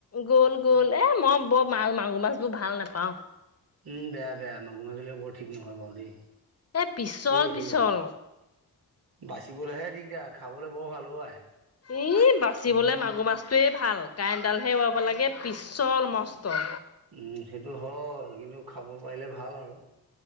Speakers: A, on the left; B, on the right.
A: গ'ল গ'ল এ মই বৰ মা মাগুৰ মাছ বোৰ ভাল নাপাও,
B: উম বেয়া বেয়া মাগুৰ মাছ বিলাক বৰ ঠিক নহয় বাৰু দেই,
A: এ পিছল
B: এই হেৰি
A: পিছল।
B: বাচিবলৈহে দিগদাৰ খাবলৈ বৰ ভাল অ আই,
A: ই বাচিবলৈ
B: উম,
A: মাগুৰ মাছ, টোৱেই ভাল কাইটডালহে এৰুৱাব লাগে পিছল মষ্ট,
B: উম সেইটো হয়, কিন্তু খাব পাৰিলে ভাল আৰু